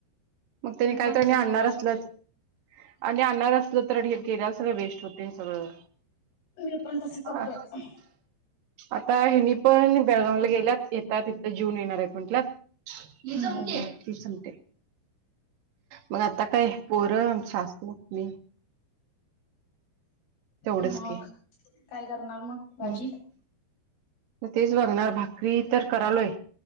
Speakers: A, on the right (about 80°); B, on the left (about 85°).
A: मग त्यानी
B: पण
A: काय तर
B: सेम
A: मी आणणार
B: तसं
A: असलत.
B: करतोय.
A: आणि आणणार असलं तर डी केल्या सगळं वेस्ट होते सगळं.
B: मी पण तसी करतोय.
A: हा, आता हेनी पण बेळगावला गेल्यात येतात तिथं जीऊन येणार आहेत म्हटलंत.
B: हम्म
A: इचमते
B: हम्म हम्म
A: इचमटे मग आता काय पोरं अन सासू, मी. तेवढंच
B: मग
A: की
B: काय करणार मग
A: हम्म.
B: भाजी?
A: तेच बघणार भाकरी तर करालोय